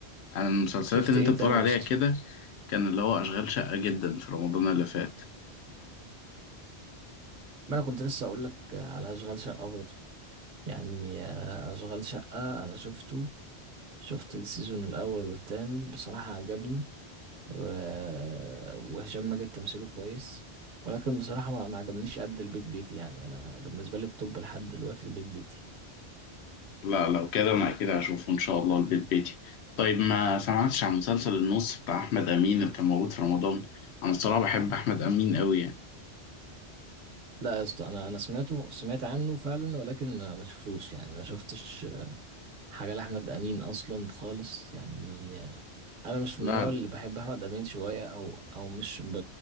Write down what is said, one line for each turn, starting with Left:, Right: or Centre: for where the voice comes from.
Left: أنا المسلسلات
Right: شفت
Left: اللي
Right: ايه
Left: أنت بتقول
Right: تاني
Left: عليها
Right: يا اسطى
Left: كده كان اللي هو أشغال شقة جدا في رمضان اللي فات
Right: ما انا كنت لسه اقول لك على اشغال شقه برضه يعني آه، اشغال شقه انا شفته شفت السيزون الاول والتاني بصراحه عجبني و- وهشام ماجد تمثيله كويس ولكن بصراحه ما ما عجبنيش قد البيت بيتي يعني انا بالنسبه لي التوب لحد دلوقتي البيت بيتي
Left: لا لو كده انا اكيد هشوفه ان شاء الله البيت بيتي طيب ما سمعتش عن مسلسل النص بتاع احمد امين اللي كان موجود في رمضان انا الصراحه بحب احمد امين قوي يعني
Right: لا يا اسطى انا انا سمعته سمعت عنه فعلا ولكن ما ما شفتوش يعني ما شفتش حاجه لاحمد امين اصلا خالص يعني انا مش
Left: لا
Right: من النوع
Left: لا
Right: اللي بحب احمد امين شويه او او مش ب...